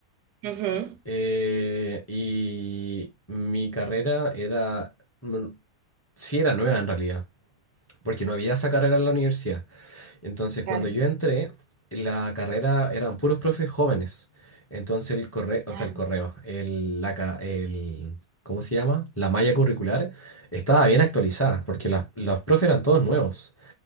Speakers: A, on the right (about 90°); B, on the left (about 15°).
A: Ujú,
B: eh, y mi carrera era, mm, sí era nueva en realidad, porque no había esa carrera en la universidad. Entonces, cuando
A: Claro,
B: yo entré, la carrera eran puros profes jóvenes. Entonces, el correo, o
A: claro,
B: sea, el correo, el, la, ca- el, ¿cómo se llama? La malla curricular estaba bien actualizada, porque las- los profes eran todos nuevos.